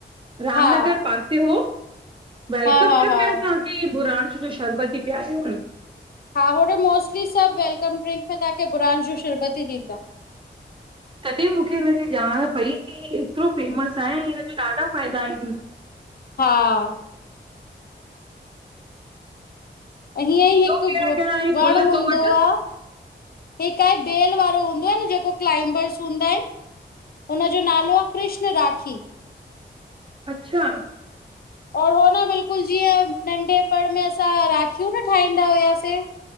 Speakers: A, on the right (about 30°); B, on the left (about 55°).
A: रामनगर
B: हा
A: पासे हो वेलकम
B: हा हा
A: ड्रिंक
B: हा
A: में असांखे बुराण जो शरबती पियारियो अन।
B: हा होॾे मोस्टली सभु वेलकम ड्रिंक में तव्हांखे बुरान जो शरबत ई ॾींदा।
A: तॾीं मूंखे हिनजी ॼाण पई की एतिरो फेमस आहे ऐं हिन जा ॾाढा फ़ाइदा आहिनि। हूँ।
B: हां ऐं हीअं
A: ॿियो
B: ई हिकु
A: कहिड़ा कहिड़ा आहिनि
B: वण
A: गुल
B: हूंदो
A: तो वटि
B: आ। ह आहे बेल वारो हूंदो आ न जेको क्लाइंबर्स हूंदा आहिनि। हुनजो नालो आ कृष्ण राखी
A: अच्छा।
B: और हो न बिल्कुलु जीअं नंढेपण में असां राखियूं न ठाहींदा हुआसे